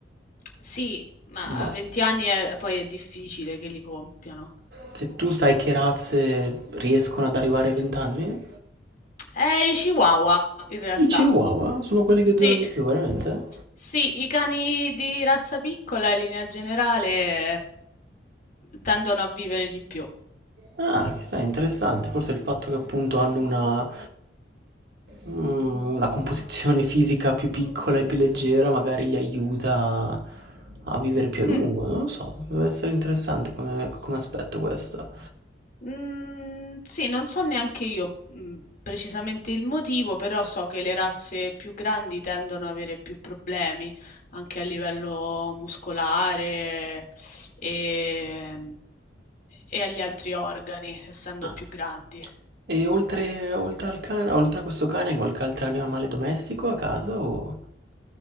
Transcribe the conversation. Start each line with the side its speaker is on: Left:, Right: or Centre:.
Left: Sì, ma
Right: Vai.
Left: 20 anni è- poi è difficile che li compiano.
Right: Se tu sai che razze riescono ad arrivare ai 20 anni,
Left: È i Chihuahua, in realtà.
Right: i Chihuahua sono quelli che durano
Left: Sì.
Right: di più, veramente?
Left: Sì, i cani di razza piccola in linea generale tendono a vivere di più.
Right: Ah, chissà, interessante. Forse il fatto che appunto hanno una, mm, una composizione fisica più piccola e più leggera magari li aiuta a vivere più a
Left: Mm,
Right: lungo, non lo so. Deve essere interessante come, come aspetto questo.
Left: mm, sì, non so neanche io mm, precisamente il motivo, però so che le razze più grandi tendono ad avere più problemi anche a livello muscolare e, e agli altri organi, essendo
Right: Ah,
Left: più grandi.
Right: E oltre, oltre al cane, oltre a questo cane, qualche altro animale domestico a casa o...